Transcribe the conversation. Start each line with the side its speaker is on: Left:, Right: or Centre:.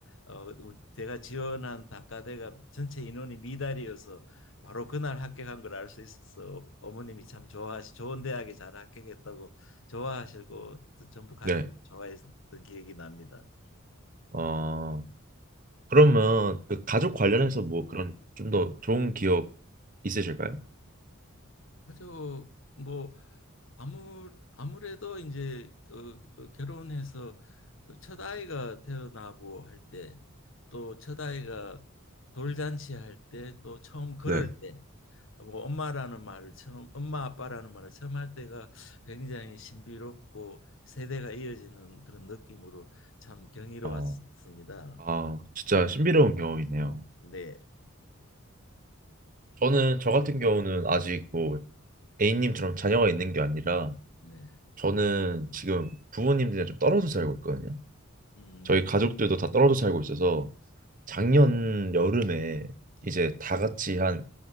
Left: 어 우리 제가 지원한 단과대가 전체 인원이 미달이어서 바로 그날 합격한 걸 알 수 있어서 어머님이 참 좋아하시 좋은 대학에 잘 합격했다고 좋아하시고 전부 가족
Right: 네.
Left: 좋아했던 기억이 납니다.
Right: 어 그러면 그 가족 관련해서 뭐 그런 좀 더 좋은 기억 있으실까요?
Left: 아주 뭐 아무 아무래도 이제 어, 어, 결혼해서 또첫 아이가 태어나고 할 때 또 첫 아이가 돌잔치 할 때 또 처음 걸을
Right: 네.
Left: 때 뭐 엄마라는 말을 처음 엄마 아빠라는 말을 처음 할 때가 굉장히 신비롭고 세대가 이어지는 그런 느낌으로 참 경이로웠습니다.
Right: 어. 아 진짜 신비로운 경험이네요.
Left: 네,
Right: 저는 저 같은 경우는 아직 뭐 A님처럼 자녀가 있는 게 아니라
Left: 네,
Right: 저는 지금 부모님들이랑 좀 떨어져 살고 있거든요.
Left: 음,
Right: 저희 가족들도 다 떨어져 살고 있어서 작년 여름에
Left: 네,
Right: 이제 다 같이 한